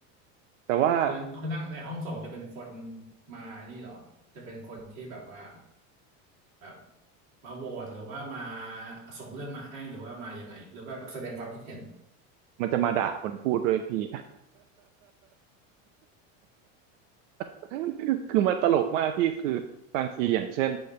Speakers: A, on the right; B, on the right.
A: แต่ว่า
B: คือคนนั่งในห้องส่งจะเป็นคนมานี่เหรอจะเป็นคนที่แบบว่าแบบมาโหวตหรือว่ามาส่งเรื่องมาให้หรือว่ามายังไงหรือว่าแสดงความคิดเห็น
A: มันจะมาด่าคนพูดด้วยพี่ <laughs> คือมันตลกมากพี่คือบางทีอย่างเช่น